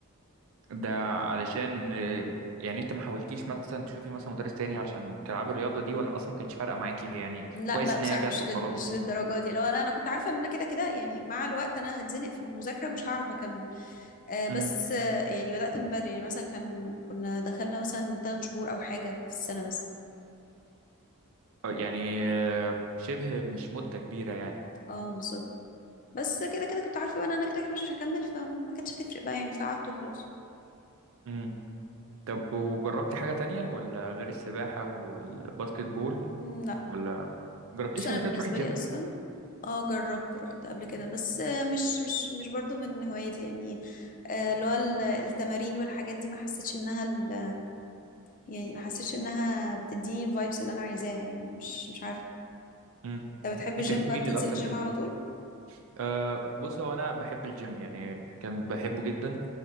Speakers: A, on the right (about 65°); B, on the left (about 40°).
A: ده علشان آه، يعني انت ما حاولتيش مثلا تشوفي مثلا مدرس تاني عشان تلعبي الرياضة دي ولا اصلا ما كانش فارقة معاكي يعني
B: لا
A: كويس
B: لا بصراحه
A: ان هي جت
B: مش
A: وخلاص
B: لد... مش للدرجه دي لا لا انا كنت عارفه ان انا كده كده يعني مع الوقت انا هتزنق في المذاكره مش هعرف اكمل آه بس
A: امم
B: آه يعني بدات من بدري يعني مثلا كان كنا دخلنا مثلا ثلاث شهور او حاجه في السنه بس
A: آه، يعني آه، شبه مش مدة كبيرة يعني
B: اه بالظبط بس كده كده كنت عارفه بقى ان انا كده كده مش هكمل فما كانتش هتفرق بقى يعني فقعدت وخلاص
A: امم طب وجربتي حاجة تانية ولا غير السباحة والباسكت بول
B: مم، لا
A: ولا جربتيش
B: بص انا
A: قبل
B: بالنسبه
A: كده تروحي جيم
B: لي اصلا اه جربت رحت قبل كده بس آه، مش مش مش برضو من هواياتي يعني آه، اللي هو ال- التمارين والحاجات دي ما حسيتش انها ال... يعني ما حسيتش انها بتديني الفايبس اللي انا عايزاها يعني مش مش عارفه
A: امم
B: انت بتحب الجيم
A: انت بتميلي
B: بقى بتنزل
A: الاكتر
B: الجيم
A: ليه
B: على طول
A: أه بص هو انا بحب الجيم يعني كان بحبه جدا